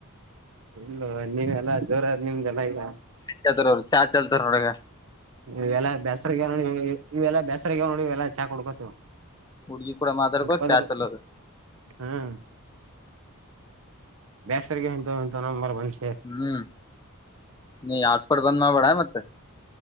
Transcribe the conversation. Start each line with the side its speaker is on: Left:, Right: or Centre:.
Right: ಇಲ್ಲ ನೀವೆ ಎಲ್ಲ ಜೋರಾದ ನಿಮಗೆಲ್ಲ ಈಗ
Left: ಅವರು ಚಾ ಚಲ್ತ ರೋಡಗ
Right: ಇವೆಲ್ಲ ಬೇಸ್ರಗ ನೋಡಿ ಇವೆಲ್ಲ ಬೇಸ್ರಗ ನೋಡಿವೆಲ್ಲಾ ಚಾ ಕೊಡ್ಕೋತ
Left: ಹುಡುಗಿ ಕೂಡ ಮಾತಾಡ್ಕೋತ
Right: <unintelligible>
Left: ಚಾ ಚಲೋದು
Right: ಹ್ಮ್ ಬೇಸರಿಗೆ ಇಂತ ಇಂತ ನಂಬರ್ ಬಂದ್ ಸೇರ್
Left: ಹ್ಮ್ ನೀ ಆಸ್ಪಟ್ಬಂದ ಮಾಡ ಬೇಡ ಮತ್ತ <unintelligible> <inaudible>